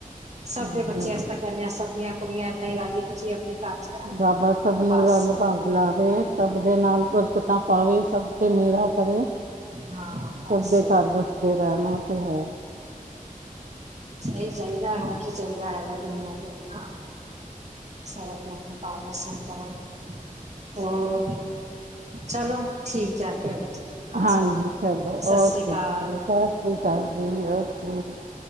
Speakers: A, on the right; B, on the right.
A: ਸਬ
B: ਹਾਂਜੀ
A: ਦੇ ਬੱਚੇ ਅਸੀਂ ਤਾਂ ਕੇਂਨੇ ਆਂ, ਸਬ ਦੀਆਂ ਕੁੜੀਆਂ ਏਦਾਂ ਈ ਰਾਜੀ ਖੁਸ਼ੀ ਆਪਨੇ ਘਰ ਚ ਰਹਿਣ
B: ਬਾਬਾ, ਸਬ ਨੂੰ
A: ਬਸ
B: ਰੰਗ ਭਾਗ ਲਾਵੇ ਸਬ ਦੇ ਨਾਲ ਬਰਕਤਾਂ ਪਾਵੇ, ਸਬ ਤੇ ਮੇਹਰਾਂ ਕਰੇ,
A: ਹਾਂ ਬਸ
B: ਸਬ ਦੇ ਘਰ ਫੇਰ ਰੈਣਾ ਤੇ ਹੈ।
A: ਓਈ ਚਾਈਦਾ ਹੋਰ ਕੀ ਚਾਈਦਾ ਹੈਗਾ ਦੁਨੀਆਂ ਤੇ ਆ, ਸਬ ਆਪਨੇ -ਆਪਨੇ <unintelligible> ਹੋਰ ਚਲੋ ਠੀਕ ਐ ਫੇਰ, ਅੱਛਾ
B: ਹਾਂਜੀ
A: ਜੀ ਸਤਿ
B: ਚਲੋ ਓਕੇ
A: ਸ਼੍ਰੀ ਕਾਲ।
B: ਜੀ ਸਤਿ ਸ੍ਰੀ ਕਾਲ ਜੀ, ਓਕੇ।